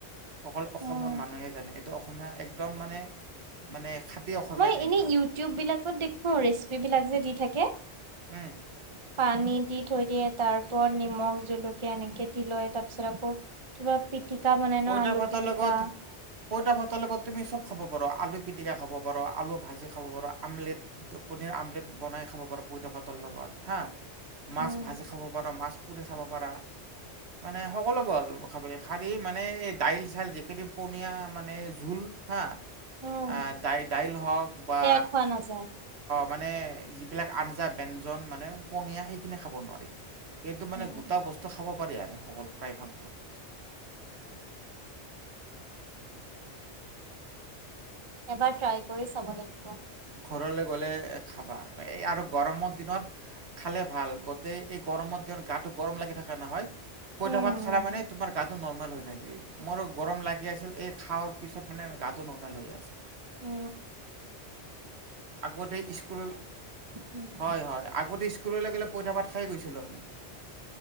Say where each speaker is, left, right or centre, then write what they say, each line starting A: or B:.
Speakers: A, on the right; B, on the right.
A: অকল অসমৰ
B: উম
A: মানুহে জানে এইটো অসমীয়া একদম মানে মানে খাটি অসমীয়া
B: মই
A: খাদ্য
B: এনে ইউটিউববিলাকত দেখো ৰেচিপি বিলাগ যে দি থাকে
A: উম।
B: পানী দি থৈ দিয়ে, তাৰ ওপৰত নিমখ, জলকীয়া, এনেকে দি লয়, তাৰ পিছত আকৌ কিবা পিটিকা বনাই
A: পইতা
B: ন আলু
A: ভাতৰ
B: পিটিকা
A: লগত পইতা ভাতৰ লগত তুমি চব খাব পাৰোঁ, আলু পিটিকা খাব পাৰোঁ, আলু ভাজি খাব পাৰোঁ, আমলেট, কণীৰ আমলেট বনাই খাব পাৰ পইতা ভাতৰ লগত হা মাছ
B: উম
A: ভাজি খাব পাৰ, মাছ পুৰি খাব পাৰা মানে সকলোবোৰ খাব খাৰী মানে এই দাইল-চাইল যিখিনি পনীয়া মানে জোল হা
B: উম
A: আহ দাই-দাইল হওক বা
B: সেয়া খোৱা নাযায়
A: মানে যিবিলাক আঞ্জা, ব্যঞ্জন মানে পনীয়া সেইখিনি খাব নোৱাৰি। কিন্তু মানে
B: উম
A: গোটা বস্তু খাব পাৰি আৰু সকলো প্ৰায় ভাগ
B: এবাৰ ট্ৰাই কৰি চাব লাগিব।
A: ঘৰলৈ গ'লে খাবা। এ আৰু গৰমৰ দিনত খালে ভাল। গটেই এই গৰমত তেওঁ গাটো গৰম লাগি থাকে নহয়। পইতা
B: উম
A: ভাত খালা মানে তোমাৰ গাটো নৰ্মেল হৈ থাকি। মোৰো গৰম লাগি আছিল এই খাৱৰ পিছত মানে গা গাতো নৰ্মেল হৈ আছে।
B: উ।
A: আগতে স্কুল,
B: উম
A: হয়, হয় আগতে ইচ স্কুললৈ গ'লে পইতা পাত খায়ে গৈছিলোঁ আমি।